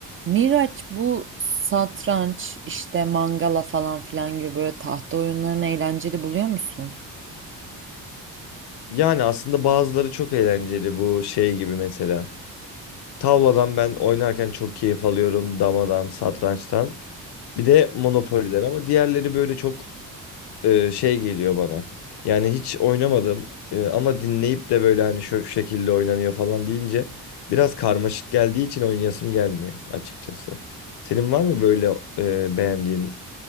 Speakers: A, on the right; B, on the left.
A: Miraç bu satranç işte mangala falan filan gibi böyle tahta oyunlarını eğlenceli buluyor musun?
B: Yani aslında bazıları çok eğlenceli bu şey gibi mesela. Tavladan ben oynarken çok keyif alıyorum. Damadan, satrançtan. Bir de monopoliler ama diğerleri böyle çok e, şey geliyor bana. Yani hiç oynamadım e, ama dinleyip de böyle hani şu şekilde oynanıyor falan deyince biraz karmaşık geldiği için oynayasım gelmiyor açıkçası. Senin var mı böyle e, beğendiğin